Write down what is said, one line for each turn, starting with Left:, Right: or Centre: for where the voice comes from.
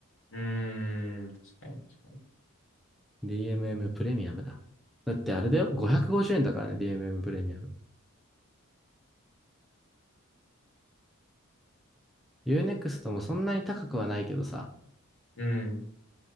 Left: うーん、確かに、確か
Centre: DMM プレミアムだ。だってあれだよ、550円だからね、DMM プレミアム。Unext もそんなに高くはないけどさ、
Left: に。うん。